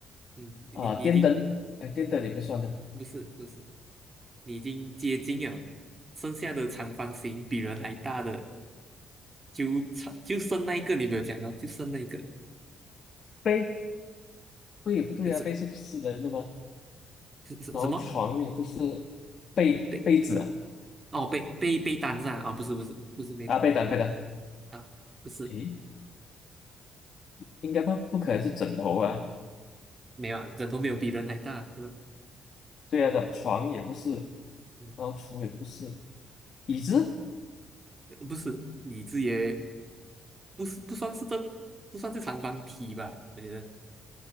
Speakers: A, on the right; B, on the left.
A: 嗯，你你已经
B: 啊，电灯，哎，电灯也不算的，
A: 不是不是，你已经接近了，剩下的长方形比人还大的。就差就剩那一个你没有讲到，就剩那一个，
B: 被，被也不对啊，
A: 什什
B: 被是私人的嘛，
A: 这是什么？
B: 然后床也不是被被子啊，
A: 被哦被被被单是吧？啊、不是不是不是没单
B: 啊，被单被单，
A: 啊，不是
B: 诶，应该不不可能是枕头啊，
A: 没有啊，人头没有比人还大，对吧？
B: 对啊的，床也不是，
A: 嗯，
B: 然后橱也不是，椅子，
A: 不是你这也不是不算是这不算是长方体吧？我觉得